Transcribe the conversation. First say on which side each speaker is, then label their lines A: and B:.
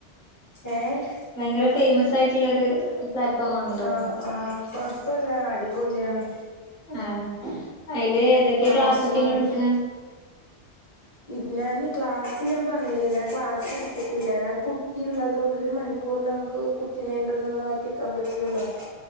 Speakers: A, on the left; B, on the left.
A: ഏ. ഹ്
B: ഭയങ്കര ഫൈമസായിട്ടുള്ളൊര് പ്ലാറ്റ്ഫോം മാണ്ള്ളത്
A: ആഹ് ആഹ് കൊഴപ്പല്ല അടിപൊള്യണ്
B: ആ ഹ് അയില് ഏതൊക്കെ
A: ക്ലാസും
B: ക്ലാസൊക്കെ ഇങ്ങൾ ട്ക്ണെ
A: ഇര് നാന് ക്ലാസ്സിൽ ഞാപർഞ്ഞില്ലേ ഞാക്ലാസ്ട്ത്ട്ടില്ല ഞാൻ കുട്ടി ള്ളതോണ്ട് ഒരു മണി കൂറ് നമുക്ക് കുട്ടിനെണ്ടന്നും മാറ്റികാം പറ്റില്ലല്ലോ